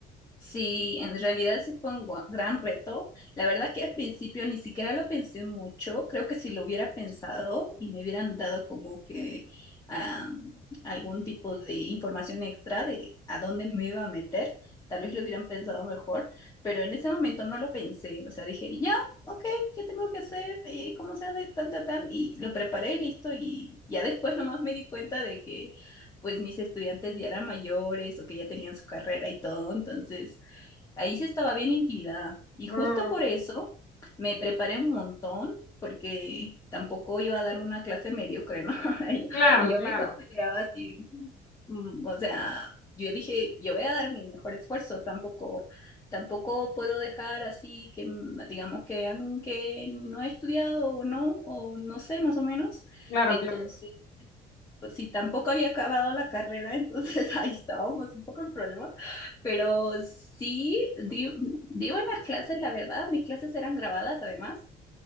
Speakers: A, on the left; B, on the left.
A: Sí, en realidad sí fue un gua- gran reto. La verdad que al principio ni siquiera lo pensé mucho. Creo que si lo hubiera pensado y me hubieran dado como que am, algún tipo de información extra de a dónde me iba a meter, tal vez lo hubieran pensado mejor, pero en ese momento no lo pensé. O sea, dije, ya, ok, ¿qué tengo que hacer? Eh, ¿Cómo se hace? Tan, tan, tan. Y lo preparé, listo. Y ya después nomás me di cuenta de que pues mis estudiantes ya eran mayores o que ya tenían su carrera y todo. Entonces... Ahí sí estaba bien intimidada. Y justo
B: Mm,
A: por eso me preparé un montón, porque tampoco iba a dar una clase mediocre, ¿no? <laughs> Y Yo,
B: claro,
A: y yo
B: claro,
A: me consideraba así, mm, o sea, yo dije, yo voy a dar mi mejor esfuerzo, tampoco, tampoco puedo dejar así que, mm, digamos, que vean que no he estudiado o no, o no sé, más o menos.
B: claro,
A: Entonces,
B: claro.
A: pues sí, tampoco había acabado la carrera, entonces <laughs> ahí estábamos un poco en problema, pero sí di, di buenas clases, la verdad, mis clases eran grabadas además,